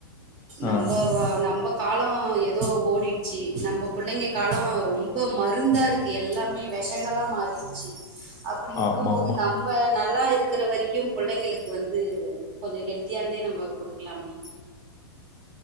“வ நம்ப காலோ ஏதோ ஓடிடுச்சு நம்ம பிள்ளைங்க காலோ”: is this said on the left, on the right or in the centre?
Right